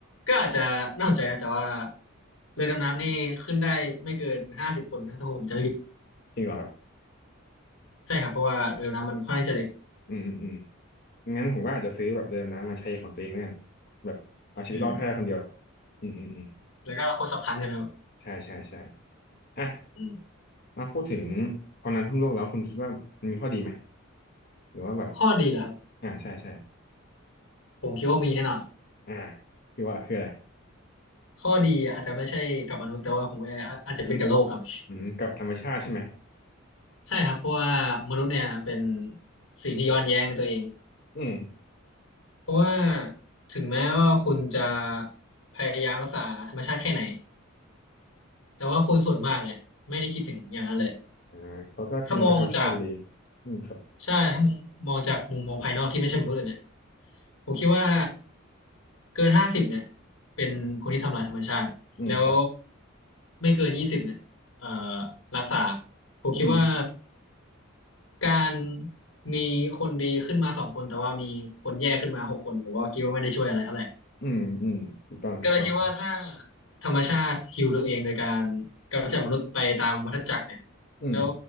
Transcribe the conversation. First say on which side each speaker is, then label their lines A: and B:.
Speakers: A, on the left (about 80°); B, on the left (about 50°).
A: ก็อาจจะน่าสนใจนะแต่ว่าเรือดำน้ำนี่ขึ้นได้ไม่เกินห้าสิบคนนะถ้าผมจำไม่ผิด
B: จริงเหรอครับ
A: ใช่ครับเพราะว่าเรือดำน้ำมันค่อนข้างจะเล็ก
B: อืมอืมอืม งั้นผมก็อาจจะซื้อแบบเรือดำน้ำมาใช้ของตัวเองแม่นแบบเอาชีวิตรอดแค่คนเดียว
A: อืม
B: อืมอืมอืม
A: แล้วก็คนสำคัญใช่ไหมครับ
B: ใช่ใช่ใช่อ่ะ
A: อืม
B: มาพูดถึงพอนั้นทั่วโลกแล้วคุณคิดว่ามันมีข้อดีไหมหรือว่าแบบ
A: ข้อดีเหรอครับ
B: อ่าใช่ใช่
A: ผมคิดว่ามีแน่นอน
B: อ่าคือว่าคืออะไร
A: ข้อดีอาจจะไม่ใช่กับมนุษย์แต่ว่าผมอาอาจจะเป็นกับโลกครับ
B: อืมกับธรรมชาติใช่ไหม
A: ใช่ครับเพราะว่ามนุษย์เนี่ยเป็นสิ่งที่ย้อนแย้งในตัวเอง
B: อืม
A: เพราะว่าถึงแม้ว่าคุณจะพยายามรักษาธรรมชาติแค่ไหนแต่ว่าคนส่วนมากเนี่ยไม่ได้คิดถึงอย่างนั้นเลย
B: อ่าเขาก็ทำลายธรรมชาติอยู่ดี
A: ถ้ามองจาก
B: อืมครับ
A: ใช่ถ้ามุมมองจากมุมมองภายนอกที่ไม่ใช่มนุษย์เลยเนี่ยผมคิดว่าเกินห้าสิบเนี่ยเป็นคนที่ทำลายธรรมชาติแล้ว
B: อืมครับ
A: ไม่เกินยี่สิบเนี่ยเอ่อรักษาผมคิดว่า
B: อืม
A: การมีคนดีขึ้นมาสองคนแต่ว่ามีคนแย่ขึ้นมาหกคนผมว่าคิดว่าไม่ได้ช่วยอะไรเท่าไหร่
B: อืมอืมถูกต้องถูกต้อง
A: ก็เลยคิดว่าถ้าธรรมชาติฮีลตัวเองโดยการกำจัดมนุษย์ไปตามวัฏจักรเนี่ย
B: อืม
A: แล้ว